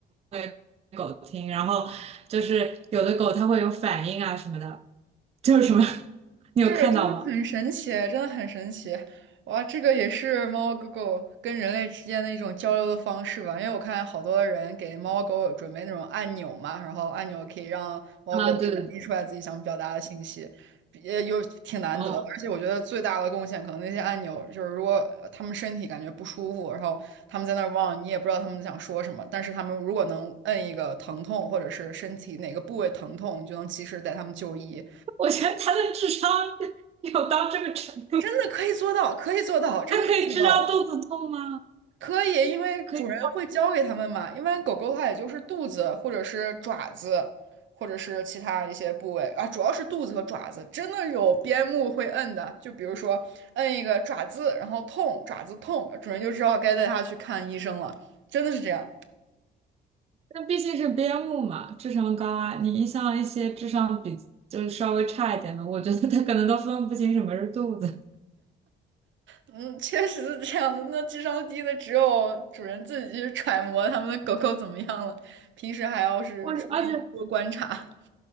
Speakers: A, on the right (about 30°); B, on the right (about 70°).
A: 给狗听，然后就是有的狗它会有反应啊什么的，就是什么，<laughs> 你有看到吗？
B: 是，真的很神奇，真的很神奇。哇，这个也是猫猫狗狗跟人类之间的一种交流的方式吧？因为我看好多的人给猫猫狗狗准备那种按钮嘛，然后按钮可以让猫狗传递出来自己想表达的信息，
A: 啊，对对对，
B: 也有挺难得的。
A: 哦。
B: 而且我觉得最大的贡献，可能那些按钮就是如果呃它们身体感觉不舒服，然后他们在那儿望，你也不知道他们想说什么，但是他们如果能摁一个疼痛或者是身体哪个部位疼痛，你就能及时带他们就医。
A: 我觉得他的智商有到这个程度，
B: 真的可以做到，可以做到，真的可以做到，
A: 他可以知道肚子痛吗？
B: 可以，因为主人会教给他们嘛。
A: 他可以，
B: 一般狗狗它也就是肚子或者是爪子，或者是其他一些部位啊，主要是肚子和爪子，真的有边牧会摁的，就比如说摁一个爪子，然后痛，爪子痛，主人就知道该带它去看医生了，真的是这样。
A: 那毕竟是边牧嘛，智商高啊。你像一些智商比就是稍微差一点的，我觉得他可能都分不清什么是肚子。
B: 嗯，确实是这样的。那智商低的只有主人自己去揣摩他们的狗狗怎么样了，平时还要是注意多观察。
A: 我而且